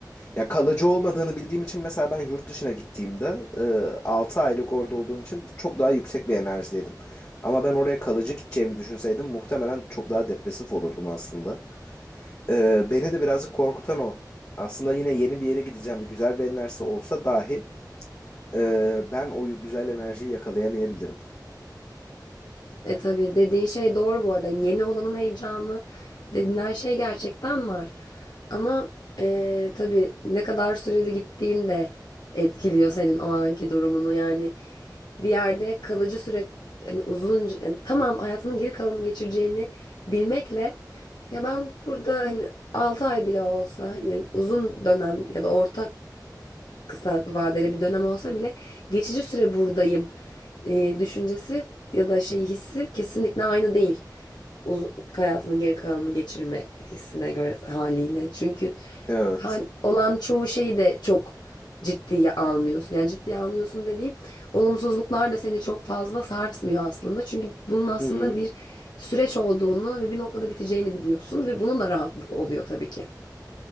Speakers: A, on the left (about 40°); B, on the left (about 70°).
A: Ya kalıcı olmadığını bildiğim için mesela ben yurt dışına gittiğimde e, 6 aylık orada olduğum için çok daha yüksek bir enerjideydim. Ama ben oraya kalıcı gideceğimi düşünseydim muhtemelen çok daha depresif olurdum aslında. E, beni de birazcık korkutan o. Aslında yine yeni bir yere gideceğim ve güzel bir enerjisi olsa dahi e, ben o güzel enerjiyi yakalayamayabilirim.
B: E tabii dediğin şey doğru bu arada. Hani yeni olanın heyecanı denilen şey gerçekten var. Ama e, tabii ne kadar süreli gittiğin de etkiliyor senin o anki durumunu. Yani bir yerde kalıcı süre hani uzun yani tamam hayatının geri kalanını geçireceğini bilmekle ya ben burada hani 6 ay bile olsa hani uzun dönem ya da orta kısa vadeli bir dönem olsa bile geçici süre buradayım e, düşüncesi ya da şey hissi kesinlikle aynı değil. Uz- hayatının geri kalanını geçirme hissine göre haliyle. Çünkü
A: Evet.
B: hal- olan çoğu şeyi de çok ciddiye almıyorsun. Yani ciddiye almıyorsun dediğim olumsuzluklar da seni çok fazla sarsmıyor aslında. Çünkü bunun aslında
A: Hı hı.
B: bir süreç olduğunu ve bir noktada biteceğini biliyorsun ve bunun da rahatlığı oluyor tabii ki.